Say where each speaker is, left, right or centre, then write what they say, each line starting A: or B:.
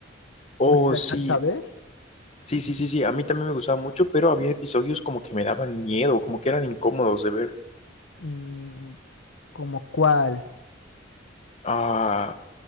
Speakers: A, on the left; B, on the left.
A: Oh,
B: No sé si la
A: sí,
B: llegaste a ver.
A: sí, sí, sí, sí, a mí también me gustaba mucho, pero había episodios como que me daban miedo, como que eran incómodos de ver.
B: Mm, ¿como cuál?
A: Ah,